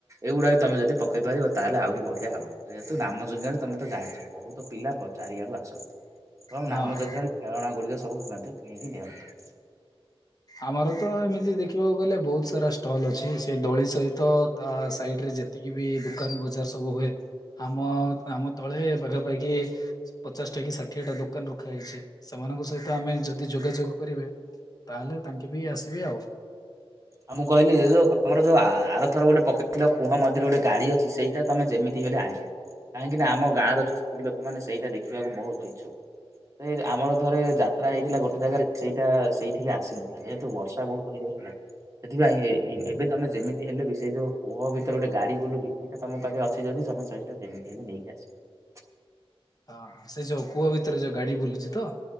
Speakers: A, on the right (about 30°); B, on the left (about 40°).
A: ଏଗୁଡାକ ତମେ ଯଦି ପକେଇ ପାରିବ ତାହେଲେ ଆହୁରି ବଢିଆ ହବ ଯେହେତୁ ନାମଯଜ୍ଞ ରେ ତମେ ତ ଜାଣିଛ। ବହୁତ ପିଲା ଚାରିଆଡୁ ଆସନ୍ତି ତ
B: ହଁ
A: ନାମ
B: ହଁ
A: ଯଜ୍ଞରେ ଖେଳଣା ଗୁଡ଼ିକ ସବୁ ମଧ୍ୟ କିଣିକି ନିଅନ୍ତି।
B: ଆମର ତ ଏମିତି ଦେଖିବାକୁ ଗଲେ ବହୁତ ସାରା ଷ୍ଟଲ ଅଛି ସେ ଦୋଳି ସହିତ ତା ସାଇଡ ରେ ଯେତିକି ବି ଦୁକାନ ବଜାର ସବୁ ହୁଏ। ଆମ ଗ୍ରାମ ତଳେ ପାଖାପାଖି ପଚାଶଟା କି ଷାଠିଏ ଟା ଦୋକାନ ରଖା ହେଇଛି ସେମାନଙ୍କ ସହିତ ଆମେ ଯଦି ଯୋଗାଯୋଗ କରିବେ ତାହେଲେ ତାଙ୍କେ ବି ଆସିବେ ଆଉ।
A: ଆଉ ମୁଁ କହିଲି ଇ ଇ ଯଉ ତମର ଯୋଉ ଆରଥର ଗୋଟେ ପକେଇଥିଲ କୂହ ମଧ୍ୟରେ ଗୋଟେ ଗାଡ଼ି ଅଛି ସେଇ ସେଇଟା ତମେ ଯେମିତି ହେଲେ ଆଣିବ। କାହିଁକି ନା ଆମ ଗାଁର ଯଉ ସ୍ତ୍ରୀ ଲୋକମାନେ ସେଇଟା ଦେଖିବାକୁ ବହୁତ ଇଚ୍ଛୁକ। ଏ ଆମର ଥରେ ଯାତ୍ରା ହେଇଥିଲା ଗୋଟେ ଜାଗାରେ ସେଇଟା ସେଇଠିକି ଆସିନଥିଲା। ଯେହେତୁ ବର୍ଷା ବହୁତ ହେଇଯାଇଥିଲା। ସେଥିପାଇଁ ଏ ଏବେ ତମେ ଯେମିତି ହେଲେ ବି ସେଇ ଯୋଉ କୋହ ଭିତରେ ଗୋଟେ ଗାଡ଼ି ବୁଲୁଚି ସେଇଟା ତମ ପାଖରେ ଅଛି ଯଦି ତମେ ସହି ଯେମିତି ହେଲେ ନେଇକି ଆସିବ।
B: ହଁ ହଁ ସେ ଯୋଉ କୂଅ ଭିତରେ ଯୋଉ ଗାଡ଼ି ବୁଲୁଚି ତ।